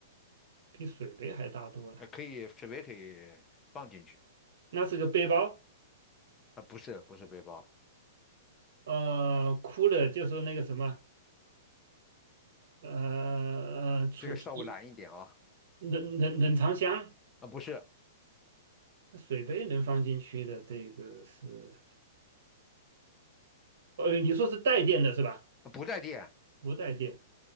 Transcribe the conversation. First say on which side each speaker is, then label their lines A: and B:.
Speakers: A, on the right (about 70°); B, on the left (about 20°).
A: 比水杯还大多了。
B: 呃，可以水杯可以放进去，
A: 那是个背包。
B: 啊、呃不是不是背包，
A: 呃，哭了就说那个什么，呃呃，储储
B: 这个稍微难一点啊，啊、
A: 冷冷冷藏箱、
B: 呃不是，
A: 水杯能放进去的，这个是，呃，你说是带电的是吧？
B: 啊不带电，
A: 不带电，